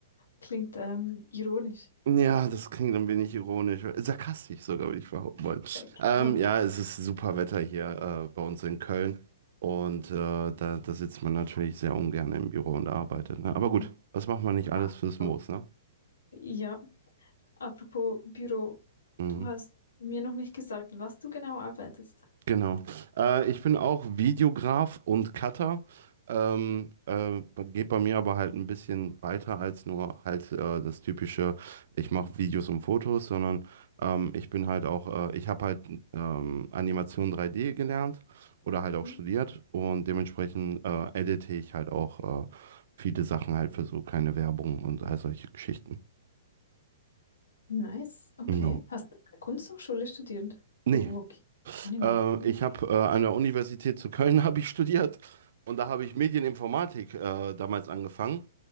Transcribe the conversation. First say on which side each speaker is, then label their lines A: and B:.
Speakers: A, on the left; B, on the right.
A: klingt ähm, ironisch.
B: Ja, das klingt ein wenig ironisch, äh, sarkastisch sogar, würde ich behaupten wollen.
A: Äh,
B: Ähm,
A: Genau.
B: ja, es ist super Wetter hier äh, bei uns in Köln und äh, da, da sitzt man natürlich sehr ungern im Büro und arbeitet, ne? Aber
A: Mhm.
B: gut, was macht man nicht alles
A: Ah,
B: fürs
A: so.
B: Moos, ne?
A: Ja, apropos Büro,
B: Mhm.
A: du hast mir noch nicht gesagt, was du genau arbeitest.
B: Genau. Äh, ich bin auch Videograf und Cutter. Ähm, äh, geht bei mir aber halt ein bisschen weiter als nur halt äh, das typische, ich mache Videos und Fotos, sondern ähm, ich bin halt auch, äh, ich habe halt ähm, Animation 3D gelernt oder halt auch
A: Mhm.
B: studiert und dementsprechend äh, edite ich halt auch äh, viele Sachen halt für so kleine Werbung und all solche Geschichten.
A: Nice, okay.
B: Ja.
A: Hast du an der Kunsthochschule studiert?
B: Nee,
A: Oh, okay. Ah, niemand.
B: Äh,
A: Mhm.
B: ich habe äh, an der Universität zu Köln <laughs> habe ich studiert und da habe ich Medieninformatik äh, damals angefangen.